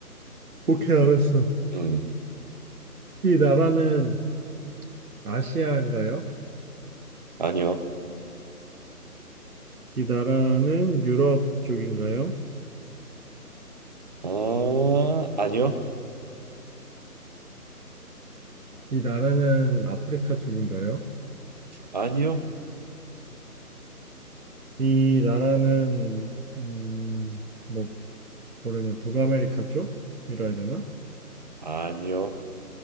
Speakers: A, on the right; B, on the right.
A: 오케이 알았어.
B: 음,
A: 이 나라는 아시아인가요?
B: 아니요.
A: 이 나라는 유럽 쪽인가요?
B: 아, 아니요.
A: 이 나라는 아프리카 쪽인가요?
B: 아니요.
A: 이 나라는 음, 뭐 뭐라냐 북아메리카 쪽이라 해야 되나?
B: 아니요.